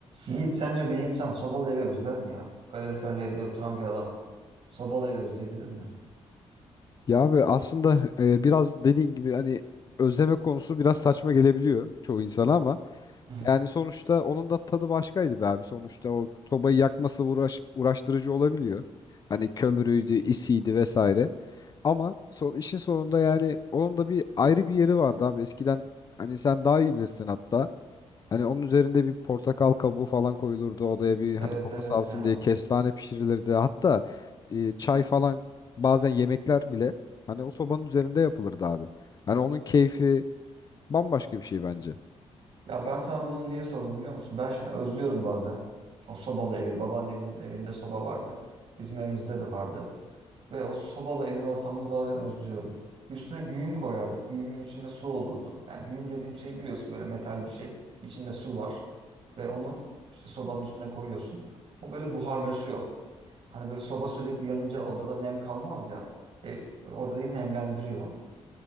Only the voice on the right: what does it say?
Yiğit sence bir insan sobalı evi özler mi ya? Kaloriferli evde oturan bir adam sobalı evi özleyebilir mi?
Hı hı.
Evet
evet
ya.
Ya ben sana bunu niye sordum biliyor musun? Ben şimdi özlüyorum bazen. O sobalı evi. Babaannemin evinde soba vardı. Bizim evimizde de vardı. Ve o sobalı evin ortamını bazen özlüyorum. Üstüne güğüm koyardık. Güğümün içinde su olurdu. Yani güğüm dediğim şey biliyorsun böyle metal bir şey. İçinde su var. Ve onu işte sobanın üstüne koyuyorsun. O böyle buharlaşıyor. Hani böyle soba sürekli yanınca odada nem kalmaz ya. E, orayı nemlendiriyor.